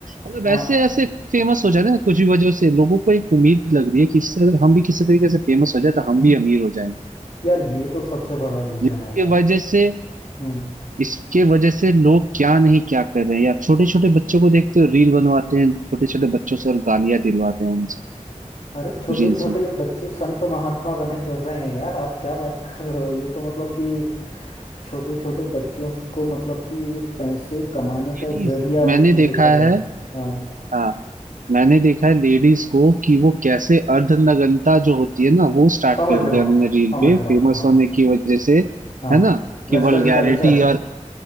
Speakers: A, on the right (about 85°); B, on the left (about 55°).
A: मतलब
B: हाँ
A: ऐसे
B: हाँ
A: ऐसे फेमस हो जा रहे हैं ना, कुछ भी वजह से लोगों को एक उम्मीद लग रही है कि इससे अगर हम भी किसी तरीके से फेमस हो जाए तो हम भी अमीर हो जाएंगे
B: यार ये तो सबसे बड़ा रीज़न
A: जिसके
B: है यार
A: वजह से
B: हम्म
A: इसके वजह से लोग क्या नहीं क्या कर रहे हैं यार छोटे छोटे बच्चों को देखते हो रील बनवाते हैं छोटे छोटे बच्चों से और गालियां दिलवाते हैं उनसे
B: अरे छोटे
A: रील्स
B: छोटे
A: में
B: बच्चे संत महात्मा बने फिर रहे हैं यार आप क्या बात <laughs> कर रहे हो ये तो मतलब कि छोटे छोटे बच्चों को मतलब कि एक पैसे कमाने
A: लेडीज
B: का जरिया
A: मैंने
B: उसमें
A: देखा
B: देखा जाए
A: है
B: हाँ
A: हाँ मैंने देखा है लेडीज को कि वो कैसे अर्धनग्नता जो होती है ना वो स्टार्ट
B: समझ
A: कर
B: रहा
A: दिया
B: हूँ
A: उन्होंने रील
B: समझ
A: पे फेमस
B: रहा हूँ हाँ
A: होने की वजह से
B: हाँ
A: है ना
B: Western
A: कि वल्गैरिटी
B: culture
A: और